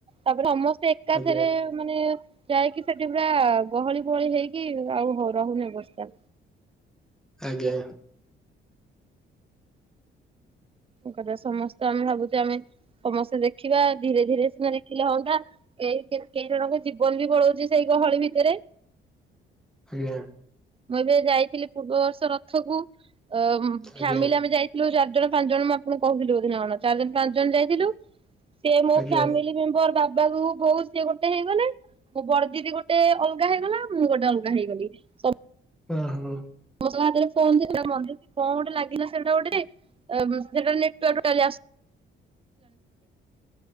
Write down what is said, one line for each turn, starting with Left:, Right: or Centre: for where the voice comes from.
Right: ତାପରେ ସମସ୍ତେ ଏକାଥରେ
Centre: ଆଜ୍ଞା
Right: ମାନେ ଯାଇକି ସେଠି ପୁରା ଗହଳି ଗହଳି ହେଇକି ଆଉ ହ ରହୁନି ଅବସ୍ତା।
Centre: ଆଜ୍ଞା।
Right: କଥା ସମସ୍ତେ ଆମେ ଭାବୁଛେ ଆମେ ସମସ୍ତେ ଦେଖିବା ଧୀରେ ଧୀରେ ସିନା ଦେଖିଲେ ହଅନ୍ତା। ଏଇ <unintelligible> ଜଣଙ୍କ ଜୀବନ ବି ପଳଉଛି ସେଇ ଗହଳି ଭିତରେ।
Centre: ଆଜ୍ଞା।
Right: ମୁଁ ଏବେ ଯାଇଥିଲି ପୂର୍ବବର୍ଷ ରଥକୁ ଅ ଫ୍ୟାମିଲି
Centre: ଆଜ୍ଞା
Right: ଆମେ ଯାଇଥିଲୁ ଚାରି ଜଣ ପାଞ୍ଚ ଜଣ ମୁଁ ଆପଣଙ୍କୁ କହୁଥିଲି ବୋଧେ ନା କଣ ଚାରି ଜଣ ପାଞ୍ଚ ଜଣ ଯାଇଥିଲୁ ସେ ମୋ
Centre: ଆଜ୍ଞା
Right: ଫ୍ୟାମିଲି ର ବାବା କୁ ବୋଉ ସିଏ ଗୋଟେ ହେଇଗଲେ। ମୋ ବଡ ଦିଦି ଗୋଟେ ଅଲଗା ହେଇଗଲା। ମୁଁ ଗୋଟେ ଅଲଗା ହେଇଗଲି। ସବୁ
Centre: ଆ ହୁଁ।
Right: <unintelligible> ହାତରେ ଫୋନ୍ ଥିଲା ମନ୍ଦିର ରେ କଣ ଗୋଟେ ଲାଗିଲା ସେଟା ଗୋଟେ। ଅ ସେଟା ନେଟୱର୍କ ଟୋଟାଲି <unintelligible>